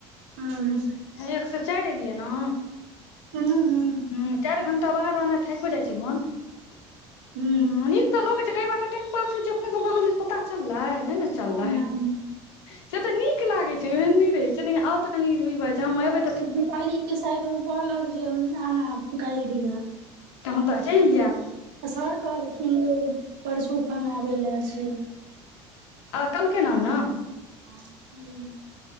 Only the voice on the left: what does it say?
ह एक स चार एलियै ने
ह चार घंटा बाहर रहना थको जाइ छै मन <unintelligible>
नीक नीक त लग छै कई बाटे टाइम पास हो छै अपने सब पता चललै नहि ने चलले
से तऽ नीक लागे छै ओहन नहि रहे छै लेकिन आउ तऽ कनि छै एबे
तहन तऽ चैल जेब
आ कलके नाम ने